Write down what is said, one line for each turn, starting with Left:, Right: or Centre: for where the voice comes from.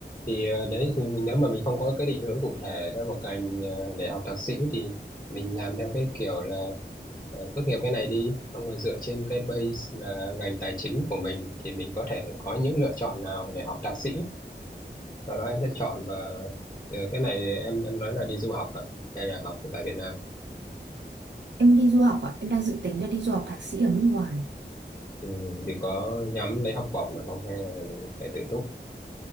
Left: Thì ờ, đấy thì nếu mà mình không có cái định hướng cụ thể theo một ngành ờ, để học thạc sĩ thì mình làm theo cái kiểu là ờ, tốt nghiệp cái này đi xong rồi dựa trên cái base là ngành tài chính của mình thì mình có thể có những lựa chọn nào để học thạc sĩ sau đó em sẽ chọn và ờ, cái này em em nói là đi du học hả hay là học tại Việt Nam
Right: em đi du học ạ em đang dự tính là đi du học thạc sĩ ở nước ngoài
Left: ừ, thì có nhắm lấy học bổng được không hay là phải tự túc